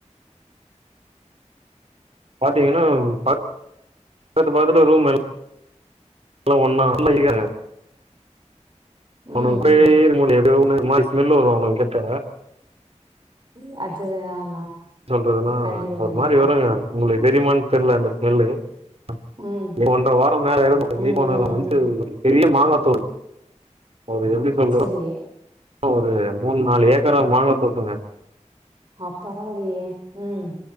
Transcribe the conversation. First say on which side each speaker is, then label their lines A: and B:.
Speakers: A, on the right; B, on the right.
A: பாத்தீங்கன்னா ப பக்கத்து பக்கத்துல ரூம்ல எல்லா ஒன்னா இருக்காய்ங்க
B: ம்
A: அவனுங்கூடவே
B: ம்
A: இருக்க முடில எப்டி ரூம்னு ஒரு மாரி ஸ்மெல் வரூ அவனுங்கிட்ட
B: இ அஜ்ஜத ஆமா
A: சொல்றதுன்னா
B: கண்டிப்பா
A: ஒரு
B: கண்டிப்பா
A: மாரி வருங்க உங்களுக்கு தெரியுமான்னு தெர்ல அந்த ஸ்மெல்லு அ
B: ம்
A: இனி ஒன்ற வாரோ மேல இருக்கூ
B: ம் ம்
A: நீ <unintelligible> வன்டு
B: ம்
A: பெரிய மாங்கா தோல் ஓ எப்டி சொல்றோ
B: செரி
A: ஒரு மூணு நாலு ஏக்கரா மாங்கா தோப்புங்க
B: அ பரவாலையே ம்